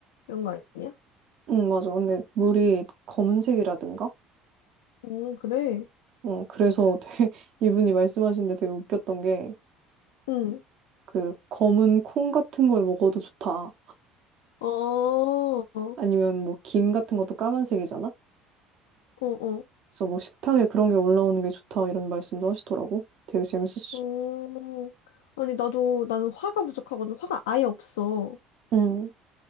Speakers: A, on the left; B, on the right.
A: 이런 거 아니야?
B: 음, 맞아. 근데 물이 검은색이라든가?
A: 어, 그래.
B: 음, 그래서 되게, <laughs> 이분이 말씀하신 데 되게 웃겼던 게,
A: 응.
B: 그, 검은 콩 같은 걸 먹어도 좋다.
A: 어, 어,
B: 아니면 뭐 김 같은 것도 까만색이잖아?
A: 어,
B: 그래서 뭐 식탁에 그런 게 올라오는 게 좋다 이런 말씀도 하시더라고. 되게 재밌었어.
A: 어. 아니, 나도, 나는 화가 부족하거든. 화가 아예 없어.
B: 응,